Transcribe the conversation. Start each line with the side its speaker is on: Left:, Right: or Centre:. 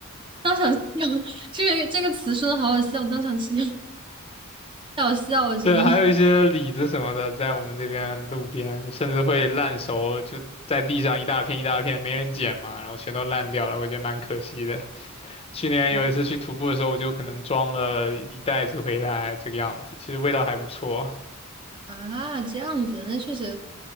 Right: 当场吃掉 <laughs> 这个这个词说的好好笑，当场吃掉，太好笑了，真的。
Left: 对，还有一些李子什么的，在我们这边路边，甚至会烂熟，就在地上一大片一大片，没人捡嘛，然后全都烂掉了，我觉得蛮可惜的。去年有一次去徒步的时候，
Right: 对
Left: 我就可能装了一袋子回来，这个样子，其实味道还不错。
Right: 啊，这样子，那确实，